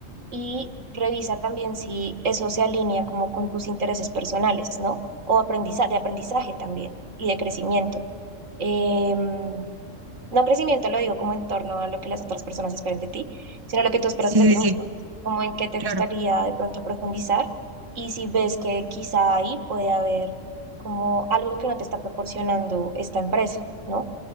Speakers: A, on the right; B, on the right.
A: y revisa también si eso se alinea como con tus intereses personales, ¿no? O aprendizaje, de aprendizaje también y de crecimiento. Em, no crecimiento lo digo como en torno a lo que las otras personas esperan de ti, sino lo que tú esperas
B: Sí,
A: de ti
B: sí,
A: misma,
B: sí,
A: como en qué te
B: claro,
A: gustaría de pronto profundizar y si ves que quizá ahí puede haber como algo que no te está proporcionando esta empresa, ¿no?